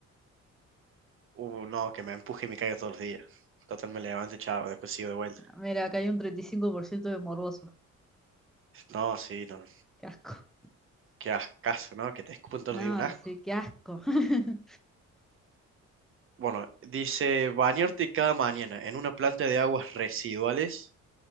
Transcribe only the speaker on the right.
Uh, no, que me empuje y me caiga todos los días. Total, me levanto, chavo, después sigo de vuelta.
No, sí, no.
Qué ascaso, ¿no? Que te escupen todos
los días un asco.
Bueno, dice bañarte cada mañana en una planta de aguas residuales